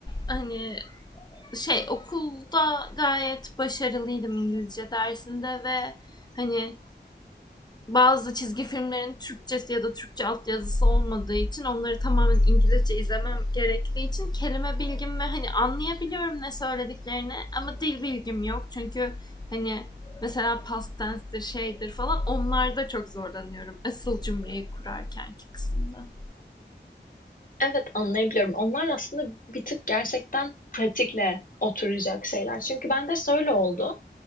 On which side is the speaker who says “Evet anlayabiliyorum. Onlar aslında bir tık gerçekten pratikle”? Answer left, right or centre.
Left